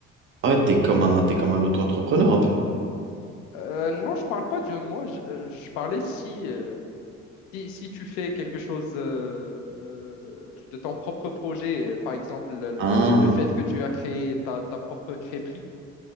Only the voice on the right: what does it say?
ouais, t'es comme un, t'es comme un auto-entrepreneur un peu.
Ah,